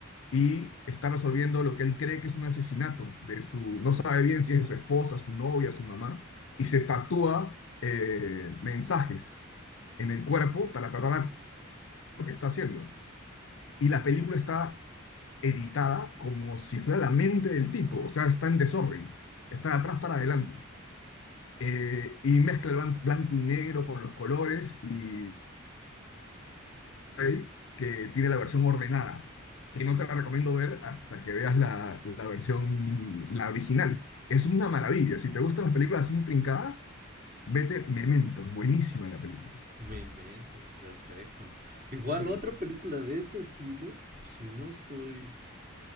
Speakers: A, on the left; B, on the right.
A: y está resolviendo lo que él cree que es un asesinato de su, no sabe bien si es de su esposa, su novia, su mamá, y se tatúa eh, mensajes en el cuerpo para tratar lo que está haciendo. Y la película está editada como si fuera la mente del tipo, o sea, está en desorden, está de atrás para adelante. Eh, y mezcla blanco y negro con los colores y blu que tiene la versión ordenada. Y no te la recomiendo ver hasta que veas la, la versión, la original. Es una maravilla. Si te gustan las películas así intrincadas, vete Memento. Buenísima la película.
B: Memento, perfecto. Igual
A: Memento.
B: otra película de ese estilo, si no estoy